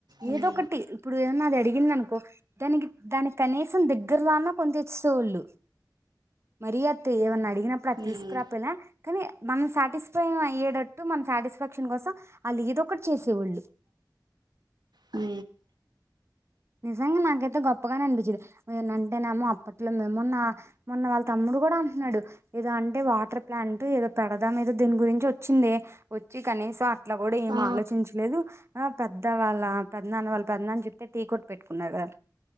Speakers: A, on the right (about 70°); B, on the right (about 35°).
A: ఉమ్
B: ఏదో ఒకటి ఇప్పుడు నాది అడిగిందనుకో దానికి దానికి కనీసం దగ్గర్లో అన్నా కొనితెచ్చేటోళ్ళు. మరి అత్తయి ఏమన్నా అడిగినప్పుడు అది
A: ఉమ్
B: తీసుకురాకపోయినా కనీ మనం సాటిస్పాయింగ్ అయ్యేటట్టు, మన సాటిస్ఫాక్షన్ కోసం ఆళ్ళు ఏదొ ఒకటి చేసేవొళ్ళు.
A: హ్
B: నిజంగా నాకైతే గొప్పగానే అనిపిచ్చేది. ఎమన్నా అంటేనేమో అప్పట్లో మేంమొన్నా మొన్న వాళ్ళ తమ్ము డుకూడా అంటున్నాడు. ఏదో అంటే వాటర్ ప్లాంట్ ఏదో పెడదాం ఏదో దీని గురించి వచ్చిందె వచ్చి క నీసం అట్లా కూడా ఏం
A: ఆ
B: ఆలోచించలేదు. ఆ పెద్ద వాళ్ళ పెద్నాన్న వాళ్ళ పెద్నాన్న చెప్తే టీ కొట్ పెట్టుకున్నారు ఆళ్ళు